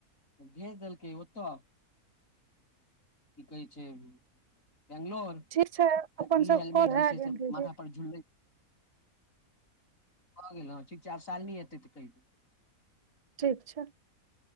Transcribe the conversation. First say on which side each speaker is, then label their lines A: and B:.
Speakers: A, on the left (about 60°); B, on the right (about 35°).
A: भेज देलकै ओतऽ की कहै छै बेंगलोर आ
B: ठीक छै अपन
A: ई
B: सब
A: हेलमेट
B: कॉल
A: जे
B: भए
A: छैय
B: गेल
A: से
B: दीदी
A: माथा पर झुलबैत भऽ गेल हँ ठीक छै आब शालनी एतै तऽ कहि देब
B: ठीक छै।